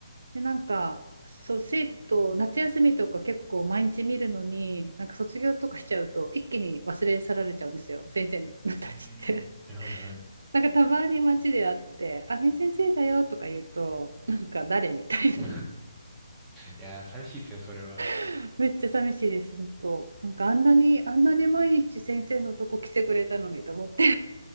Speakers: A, on the right (about 80°); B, in the centre.
A: で、なんか、そう、生徒、夏休みとか結構毎日見るのに、なんか卒業とかしちゃうと、一気に忘れ去られちゃうんですよ、先生たちって。
B: ーん、はいはいはい。
A: <laughs> なんかたまに街で会って、あねえ先生だよとか言うと、なんか誰みたいな。
B: <laughs> いやー、寂しいですね、それは。
A: <laughs> めっちゃ寂しいです、本当。なんかあんなに、あんなに毎日先生のとこ来てくれたのにと思って。